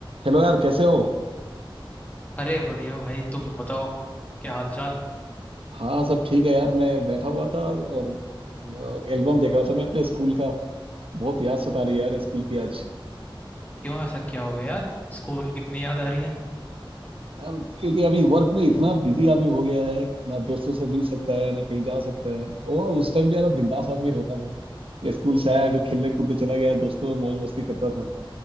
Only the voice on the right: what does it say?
हेलो यार कैसे हो
हाँ सब ठीक है यार मैं बैठा हुआ था और एल्बम देख रहा था मैं अपने स्कूल का बहुत याद सता रही है यार स्कूल की आज
यार क्योंकि अभी वर्क में इतना बिजी आदमी हो गया है ना दोस्तों से मिल सकता है ना कहीं जा सकता है वो उस टाइम पे यार बिंदास आदमी रहता था ये स्कूल से आया फिर खेलने कूदने चला गया दोस्तों मौज मस्ती करता था